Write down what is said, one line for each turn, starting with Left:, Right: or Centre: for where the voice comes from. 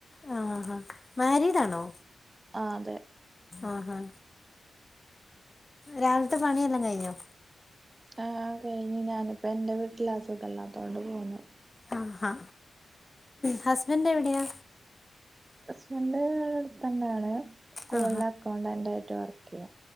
Left: ആ മാരീഡാണോ
Right: ആ അതെ
Left: ആഹാ രാവിലത്തെ പണിയെല്ലാം കയിഞ്ഞോ
Right: ആഹ് കഴിഞ്ഞ് ഞാനിപ്പോ എന്റെ വീട്ടിലാ സുഖില്ലാത്തോണ്ട് പോന്നു
Left: ആഹാ ഹസ്ബന്റെവിടെയാ
Right: ഹസ്ബന്റ് അടുത്തെന്നെയാണ് സ്കൂളില്
Left: ആ
Right: അക്കൗണ്ടന്റായിട്ട് വർക്കെയ്യാ